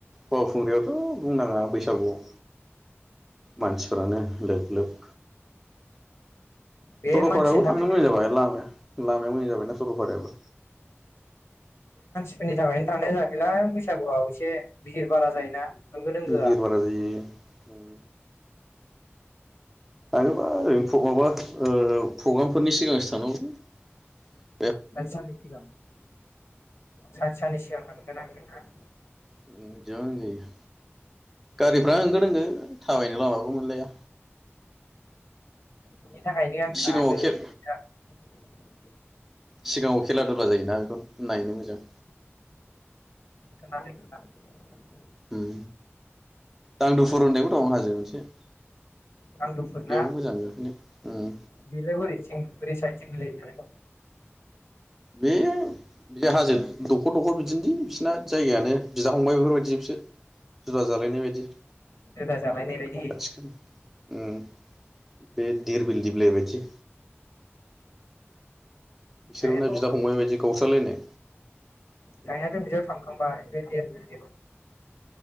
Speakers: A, in the centre; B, on the left (about 65°).
A: बावखुंग्रियावथ' बुंनाङा बैसागुआव मानसिफ्रानो लोब लोब
B: बे
A: स'रलपारायावबो
B: मानसिनि थाखायनो
A: थांनो मोजां जाबाय लामायाव मोजां जाबायना स'रलपारायावो
B: फोरनि थाखायनो थानाय जायाखैलां बैसागुआव एसे बिहिर बारा जायोना होंगो दोंगोआ
A: हिर बारा जायो उम थाङोबा ओरैनो प्रग्रामा ओ प्रग्रामफोरनि सिगांसो थानांगौलै
B: सानसे साननै सिगां सानसे साननै सिगां थांग्रो नांगोन ना?
A: ओ बिदिबो होनजायो गारिफ्रा होंगो दोंगो थाबायनोबो लामाबो मोनलाया
B: बिनि थाखायनो आं
A: सिगाङाव
B: थाङाखै नोंथां
A: खेब सिगाङाव खेला धुला जायोना बेखौ नायनो मोजां
B: <unintelligible>
A: ओम दांदुफुर होननायबो दं हाजो मोनसे
B: दांदुफुर
A: बेयाव
B: ना
A: मोजां गाखोनो उम
B: बेलाय बोरैथिं बोरै साइदथिं गोलैयो बेलाय?
A: बे बे हाजो दखर दखर बिदिनोलै बिसोरना जायगायानो बिदा फंबायफोर बायदिजोबसो जुदा जालायनाय बायदि
B: रोदा जालायनाय बायदि
A: आथिखाल ओम बे देरबिल दिबलाइ बायदि बिसोरबोना
B: गायनायाथ' आो
A: बिदा फंबाय बायदि गावस्रालायनाय
B: गायनायाथ' बियाव थां <unintelligible> एखमबा <unintelligible>